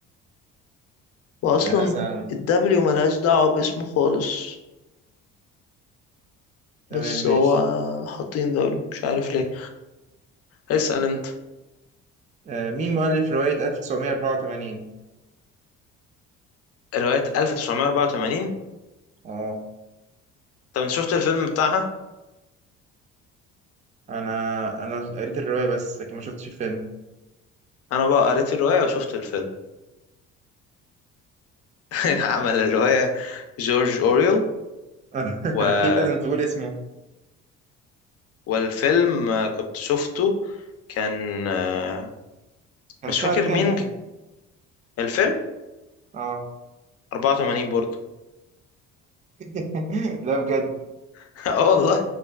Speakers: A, on the left (about 55°); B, on the right (about 25°).
A: واصلا
B: آه أسأل أنا
A: الدبليو ملهاش دعوة باسمه خالص
B: تمام
A: بس
B: ماشي
A: هو حاطين دبليو مش عارف ليه اسال انت
B: آه مين مؤلف رواية 1984
A: روايه 1984
B: آه
A: طب انت شفت الفيلم بتاعها
B: أنا أنا قريت الرواية بس لكن ما شفتش الفيلم
A: انا بقى قريت الروايه وشفت الفيلم <laughs> عمل الروايه جورج اوريل
B: <laughs>
A: و...
B: أكيد لازم تقول اسمه
A: والفيلم آه، كنت شفته كان آه،
B: كان
A: مش
B: سنة
A: فاكر
B: كام
A: مين
B: نزل؟
A: الفيلم
B: آه
A: 84 برضه
B: <laughs> لا بجد
A: <laughs> اه والله